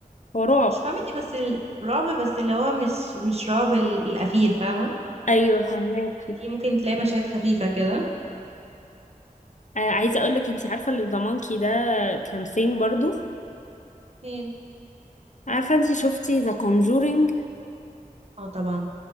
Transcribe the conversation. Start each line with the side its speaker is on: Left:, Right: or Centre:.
Left: هو رعب
Right: مش كوميدي بس الرعب بس اللي هو مش مش رعب ال- القفيل فاهمه
Left: ايوه فهماكي
Right: في ممكن تلاقي مشاهد خفيفه كده
Left: آه عايزة اقولك انت عارفة ان ذا مونكي ده كان فين برضه
Right: فين
Left: عارفة انتي شفتي ذا Conjuring
Right: اه طبعا